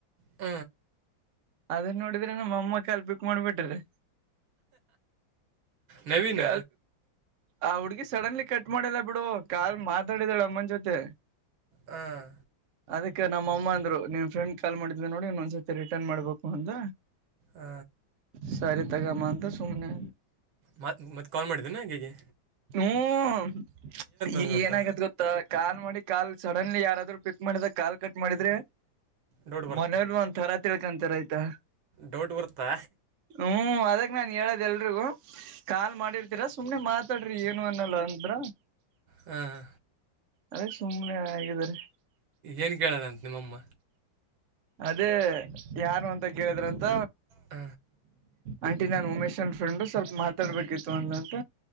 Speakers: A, on the right; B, on the right.
A: ಹ
B: ಅದನ್ ನೋಡಿದ್ರೆ ನಮ್ಮ ಅಮ್ಮ ಕಲ್ಪಿಕ್ ಮಾಡ್ಬಿಟ್ರಿ
A: ನವೀನ್
B: ಕ ಆ ಹುಡ್ಗಿ ಸಡನ್ಲಿ ಕಟ್ ಮಾಡಲ್ಲ ಬಿಡು ಕಾಲ್ ಮಾತಾಡಿದಾಳ ಅಮ್ಮನ ಜೊತೆ
A: ಹಾಂ
B: ಅದಕ್ಕೆ ನಮ್ಮ ಅಮ್ಮ ಅಂದ್ರು ನಿನ್್ ಫ್ರೆಂಡ್ ಕಾಲ್ ಮಾಡಿದ್ ನೋಡಿ ಇನ್ನೊಂದ್ಸತಿ ಮತ್ತ ರಿಟರ್ನ್ ಮಾಡ್ಬೇಕು ಅಂದ
A: ಹ
B: ಸಾರ ತಗ ಮದ ಸುಮನೆ
A: ಮತ್ ಮತ್ತೆ ಕಾಲ್ ಮಾಡಿದ್ದನು ಹಗೆ
B: ಹ್ಮ್ ಈಗ
A: ಅಂದ್ಲು ಅಂತ
B: ಏನಗತ್ ಗೊತ್ತಾ ಕಾಲ್ ಮಾಡಿ ಕಾಲ್ ಚ ನನ್ ಯಾರಾದ್ರರು ಪಿಕ್ ಮಾಡಿದ ಕಾಲ್ ಕಟ್ ಮಾಡಿದ್ರೆ
A: ಡೌಟ್ ಬರುತ್ತಾ
B: ಮನೇಲ್ ಒಂದಥರ ತಿಳ್ಕೊಂತಾರ ಆಯ್ತಾ
A: ಡೌಟ್ ಬರುತ್ತಾ
B: ಹ್ಮು ಅದಕ್ ನಾನ್ ಹೇಳೊದ್ ಎಲ್ರಿಗೂ ಕಾಲ್ ಮಾಡಿರ್ತೀರ ಸುಮ್ನೆ ಮಾತ್ ತಾಡ್ರಿ ಏನು ಅನ್ನಲ್ಲ ಅಂದ್ರ.
A: ಹಾಂ
B: ಅದಕ್ ಸುಮ್ನೆ ಆಗಿದ್ದೆರೀ.
A: ಏನ್ ಕೆಳ್ಯಾಳಂತ್ ನಿಮ್ಮ ಅಮ್ಮ.
B: ಅದೇ ಯಾರು ಅಂತ ಕೇಳಿದ್ರಂತ.
A: ಹ
B: ಆಂಟಿ ನಾನ್ ಉಮೇಶನ್ ಫ್ರೆಂಡ್ ಸ್ವಲ್ಪ ಮಾತಾಡ್ಬೇಕಿತ್ತು ಅಂದಂತ.